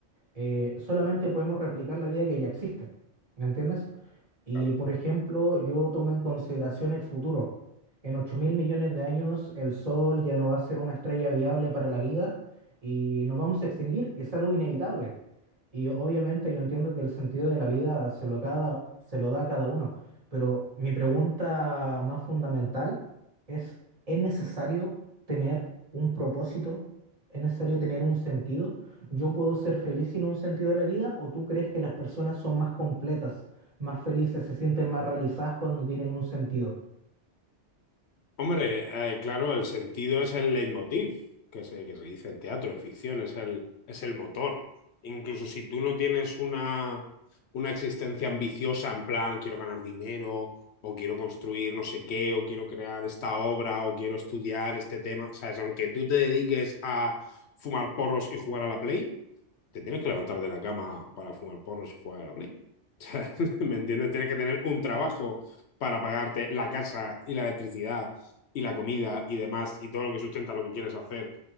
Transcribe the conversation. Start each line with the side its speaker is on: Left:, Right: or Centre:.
Right: eh, solamente podemos replicar la vida que ya existe. ¿Me entiendes? Y
Left: claro.
Right: por ejemplo, yo tomo en consideración el futuro. En ocho mil millones de años, el Sol ya no va a ser una estrella viable para la vida y nos vamos a extinguir y es algo inevitable. Y obviamente yo entiendo que el sentido de la vida se lo, cada, se lo da a cada uno, pero mi pregunta más fundamental es, ¿es necesario tener un propósito? ¿Es necesario tener un sentido? ¿yo puedo ser feliz sin un sentido de la vida o tú crees que las personas son más completas, más felices, se sienten más realizadas cuando tienen un sentido?
Left: Hombre, eh, claro, el sentido es el leitmotiv, que se, que se dice en teatro, en ficción, es el, es el motor. Incluso si tú no tienes una, una existencia ambiciosa en plan, quiero ganar dinero, o quiero construir no sé qué, o quiero crear esta obra, o quiero estudiar este tema, ¿sabes? Aunque tú te dediques a fumar porros y jugar a la Play, te tienes que levantar de la cama para fumar porros y jugar a la Play. <laughs> ¿me entiendes? Tienes que tener un trabajo para pagarte la casa y la electricidad y la comida y demás y todo lo que sustenta lo que quieres hacer